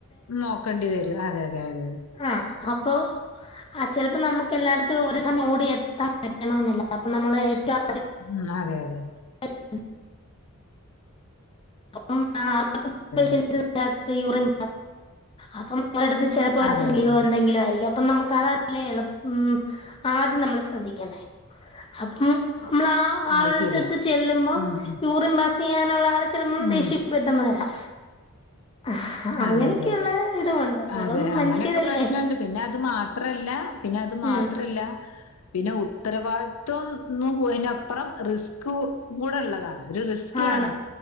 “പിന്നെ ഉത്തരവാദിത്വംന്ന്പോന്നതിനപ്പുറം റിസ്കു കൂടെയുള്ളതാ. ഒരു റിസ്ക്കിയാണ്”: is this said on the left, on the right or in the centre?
Left